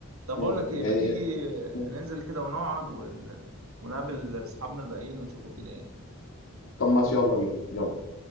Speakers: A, on the right; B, on the left.
A: طب
B: مم.
A: بقول لك ايه
B: يعني
A: ما تيجي
B: مم.
A: ننزل كده ونقعد ون... ونقابل اصحابنا الباقيين ونشوف الدنيا ايه
B: طب ما يلا بينا يلا